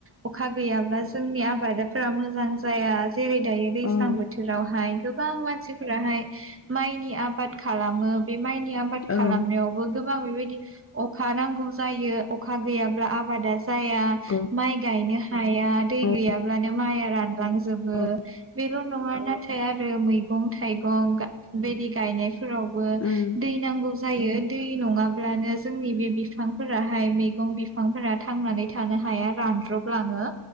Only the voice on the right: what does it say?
अखा गैयाब्ला जोंनि आबादाफोरा मोजां जाया जेरै दायो दैज्लां
बोथोरावहाय गो मानसिफोराहाय माइनि आबद खालामो माइनि आबाद खालामनायावबो
गोबां बेबायदि अ खानांगौ जायो अखा गैयाब्ला आबादा जाया
माइ गायनो हाया दै
गैयाब्लानो माइआ रानलांजोबो
बेल' नङा नाथाय आर रो मैगं थाइगं गा बेदि गायनाय फोरावबो
दै नांगौ जायो दै नङा ब्लानो जोंनि बे बिफांफोराहाय मैगं बिफांफोरा थांनानै थानो हाया, रानज्रबलाङो।